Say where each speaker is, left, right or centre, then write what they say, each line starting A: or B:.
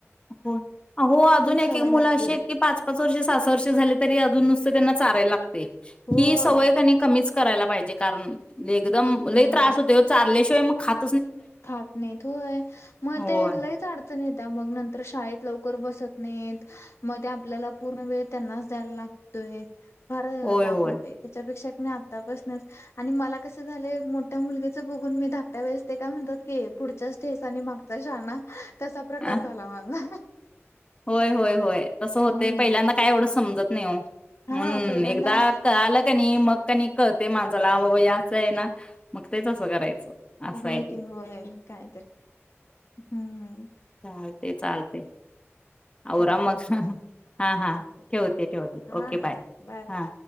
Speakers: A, on the left; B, on the left.
A: <unintelligible> अहो अजून एक
B: सवय
A: एक मुलं
B: लागते
A: अशी आहेत की, पाच पाच वर्षे सहा सहा वर्ष झाले तरी अजून नुसत तेंना चाराय ला पे
B: होय
A: ही सवय कणी कमीच करायला पाहिजे कारण लेगदम
B: होय होय
A: लई त्रास
B: होय
A: होतोय ओ चालल्या शि ते म खात
B: खात नईत होय, म
A: होय
B: ते लईच अडचन ये त्या मग नंतर शाळेत लवकर बसत नइत, म ते आपल्याला पूर्ण वेळ त्यांनाच द्यायला लागतोय. फार
A: होय
B: ताप
A: होय.
B: होतोय त्याच्यापेक्षा अणि आतापासनच आणि मला कसं झालय मोठ्या मुलग्याच बघून मी धाकट्या वेळेस ते काय म्हणतात की पुढच्या ठेच आणि मागचा शाणा, तसा प्रकार
A: अ
B: झाला माझा
A: होय होय होय. तसं होते
B: हम्म
A: पहिल्यांदा काय एवढं समजत नई अवो
B: हा
A: मून
B: पहिल्यांदा
A: एकदा कळाल कणी मग कनी कळतंय माणजाला आ बाबा हे असं आहे ना, मग ते तसं करायचं. असं
B: होय
A: आहे ते
B: कि होय म कायतर, हम्म.
A: चालते चालते. आवरा
B: चाल
A: मग हा हा
B: चालतय
A: ठेवते
B: चालतय
A: ठेवते,
B: हा हा
A: ओके
B: हा
A: बाय
B: चालतय
A: हा
B: बाय.